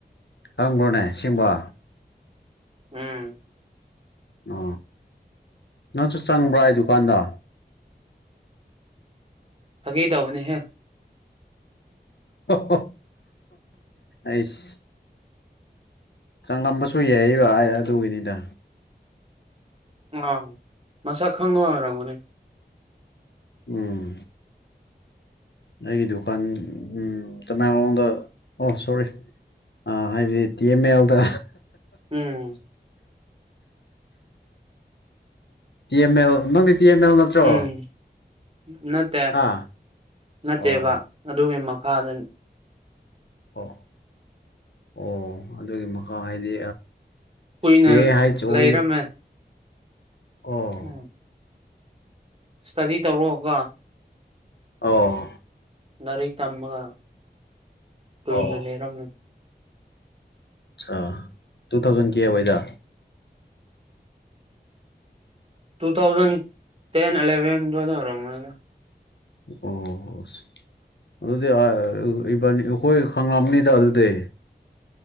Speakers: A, on the left; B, on the right.
A: ꯈꯪꯕ꯭ꯔꯣꯅꯦ ꯁꯤꯁꯤꯡꯕ
B: ꯎꯝ
A: ꯑ ꯅꯪꯁꯨ ꯆꯪꯕ꯭ꯔꯥ ꯑꯩ ꯗꯨꯀꯥꯟꯗ
B: ꯐꯥꯒꯦ ꯇꯧꯕꯅꯦꯍꯦ
A: ꯑꯣ ꯑꯁ ꯆꯪꯂꯝꯕꯁꯨ ꯌꯥꯏꯕ ꯑꯗꯨꯒꯤꯅꯤꯗ
B: ꯑꯥ ꯃꯁꯛ ꯈꯪꯅ ꯑꯣꯏꯔꯝꯒꯅꯦ
A: ꯎꯝ ꯑꯩꯒꯤ ꯗꯨꯀꯥꯟ ꯎꯝ ꯇꯃꯦꯡꯂꯣꯡꯗ ꯑꯣ ꯁꯣꯔꯤ ꯑ ꯍꯥꯏꯕꯗꯤ ꯇꯤ ꯑꯦꯝ ꯑꯦꯜꯗ
B: ꯎꯝ
A: ꯇꯤ ꯑꯦꯝ ꯑꯦꯜ ꯅꯪꯗꯤ ꯇꯤ ꯑꯦꯝ ꯑꯦꯜ ꯅꯠꯇ꯭ꯔꯣ
B: ꯎꯝ ꯅꯠꯇꯦ
A: ꯍꯥ
B: ꯅꯠꯇꯦꯕ
A: ꯑꯣ
B: ꯑꯗꯨꯒꯤ ꯃꯈꯥꯗ
A: ꯑꯣ ꯑꯣ ꯑꯗꯨꯒꯤ ꯃꯈꯥ ꯍꯥꯏꯗꯤ
B: ꯀꯨꯏꯅ
A: ꯀꯦ ꯍꯥꯏ ꯆ ꯑꯣ
B: ꯂꯩꯔꯝꯃꯦ
A: ꯑꯣ
B: ꯎꯝ ꯏꯁꯇꯗꯤ ꯇꯧꯔꯛꯑꯒ
A: ꯑꯣ
B: ꯂꯥꯏꯔꯤꯛ ꯇꯝꯃꯒ ꯀꯨꯣꯏꯏꯅ
A: ꯑꯣ
B: ꯂꯩꯔꯝꯃꯤꯅꯤ
A: ꯑ ꯇꯨ ꯊꯥꯎꯖꯟ ꯀꯕꯣꯏꯗ
B: ꯇꯨ ꯊꯥꯎꯖꯟ ꯇꯦꯟ ꯑꯦꯂꯦꯚꯦꯟꯗꯗ ꯑꯣꯏꯔ ꯃꯗ
A: ꯑꯣ ꯑꯗꯨꯗꯤ ꯏꯕꯅꯤ ꯑꯩꯈꯣꯏ ꯈꯪꯝꯅꯤꯗ ꯑꯗꯨꯗ